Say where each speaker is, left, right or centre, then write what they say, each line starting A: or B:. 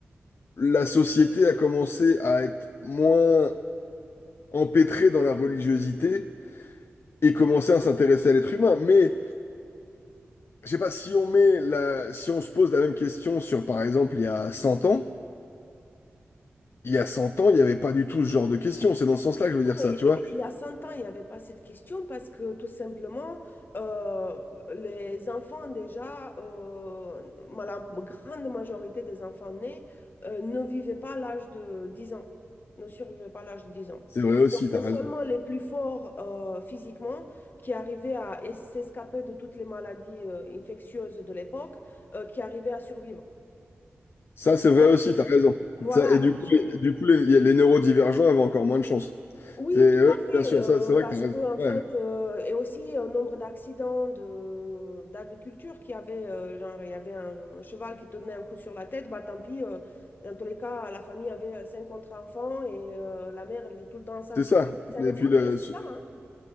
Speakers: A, on the left; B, on the left.
A: la société a commencé à être moins empêtrée dans la religiosité et commencer à s'intéresser à l'être humain. Mais je sais pas si on met la, si on se pose la même question sur, par exemple, il y a 100 ans, il y a 100 ans, il n'y avait pas du tout ce genre de question. C'est dans ce sens-là que je veux dire
B: Oui,
A: ça, tu vois.
B: il y a 100 ans, il n'y avait pas cette question parce que tout simplement, euh, les enfants déjà, euh, ma- la grande majorité des enfants nés euh, ne vivaient pas à l'âge de 10 ans, ne survivaient pas à l'âge de 10 ans.
A: C'est vrai aussi,
B: Donc,
A: t'as
B: c'est
A: raison.
B: seulement les plus forts euh, physiquement qui arrivaient à es- s'escaper de toutes les maladies euh, infectieuses de l'époque, euh, qui arrivaient à survivre.
A: Ça, c'est vrai
B: Donc,
A: aussi, t'as raison.
B: voilà,
A: Ça, et du coup,
B: je,
A: les, du coup, les, il y a- les neurodivergents avaient encore moins de chance.
B: Oui,
A: C'est,
B: tout
A: ouais,
B: à fait,
A: bien sûr,
B: euh,
A: ça, c'est vrai
B: parce
A: que t'as
B: que
A: raison.
B: en
A: Ouais,
B: fait, euh, et aussi un nombre d'accidents de d'agriculture qui avait, euh, genre, il y avait un, un cheval qui donnait un coup sur la tête, bah tant pis, euh, dans tous les cas, la famille avait cinq contre enfants et euh, la mère, elle était tout le temps enceinte.
A: c'est ça.
B: Tu vois, C'est
A: Et
B: un exemple,
A: puis, le,
B: mais c'est
A: ce-
B: ça, hein.